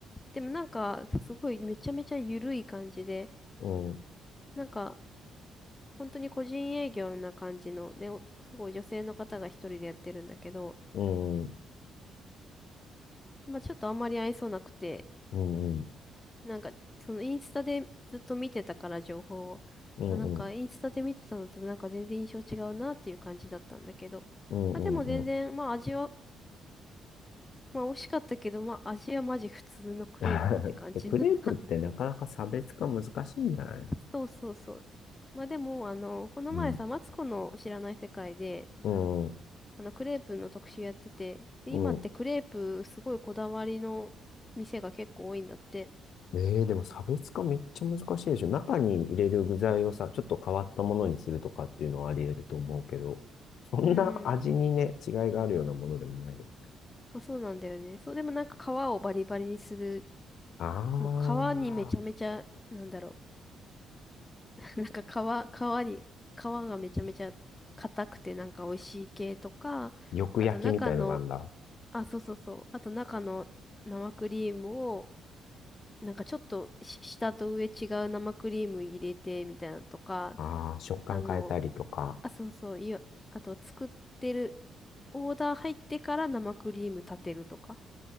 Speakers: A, on the left; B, on the left.
A: でもなんか、すごいめちゃめちゃ緩い感じで、
B: うん。
A: なんか、本当に個人営業な感じの、で、おすごい女性の方が一人でやってるんだけど、
B: うん。
A: まあちょっとあんまり愛想なくて、
B: うんうん。
A: なんか、そのインスタでずっと見てたから情報を、
B: うんうん。
A: あ、なんかインスタで見てたのとなんか全然印象違うなっていう感じだったんだけど、
B: うんうんうん。
A: まあでも全然、まあ味は、まあ美味しかったけど、まあ味はマジ普通のクレープって感じだった。
B: <laughs> でクレープってなかなか差別化難しいんじゃない
A: <laughs> そうそうそう。まあでも、あの、この前さ、
B: うん。
A: マツコの知らない世界で、
B: うん。
A: あの、クレープの特集やってて、で今ってクレープすごいこだわりの店が結構多いんだって。
B: うん。えーでも差別化めっちゃ難しいでしょ。中に入れる具材をさ、ちょっと変わったものにするとかっていうのはあり得ると思うけど、そんな味にね、
A: うん。
B: 違いがあるようなものでもないよ。
A: まあ、そうなんだよね。そう、でもなんか皮をバリバリにする。
B: ああ、
A: もう皮にめちゃめちゃ、なんだろう。<laughs> なんか皮、皮に、皮がめちゃめちゃ硬くてなんか美味しい系とか、
B: よ焼きみたいのがあるんだ。
A: あと中の、あ、そうそうそう。あと中の生クリームを、なんかちょっとし下と上違う生クリーム入れてみたいなのとか、
B: ああ、食感変えたりとか。
A: あの、あ、そうそう、いや、あと作ってる、オーダー入ってから生クリーム立てるとか。